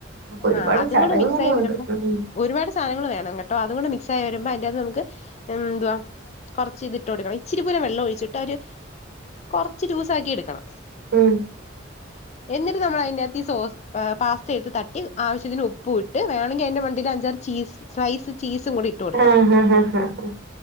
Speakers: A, on the right; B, on the left.
A: അപ്പൊ ഒരുപാട്
B: ആഹ് അതൂടെ
A: ചടങ്ങുകളുണ്ട്
B: മിക്സായി വരുമ്പോ
A: ഉം
B: ഒരുപാട് സാ ധനങ്ങള് വേണം കേട്ടോ അതും കൂടെ മിക്സായി വരുമ്പോ അയ്ന്റാത്ത് നമക്ക് എന്തുവാ കുറച്ച് ഇത്ട്ട് കൊടുക്കണം ഇച്ചിരി പോരും വെള്ളൊഴിച്ചിട്ട് ഒരു കൊറച്ച് ജൂസാക്കിയെടുക്കണം
A: ഉം
B: എന്നിട്ട് നമ്മളയ്ന്റകത്ത് ഈ സോസ് പാസ്തയെട്ത്ത് തട്ടി ആവശ്യത്തിന് ഉപ്പു ട്ട് വേണെങ്കി അയ്ന്റെ മണ്ടേല് അഞ്ചാറ് ചീസ് സ്ലൈസ് ചീസു കൂടിയിട്ട് കൊടുക്കാ
A: ആഹ് ആഹ് ആഹ് ആഹ്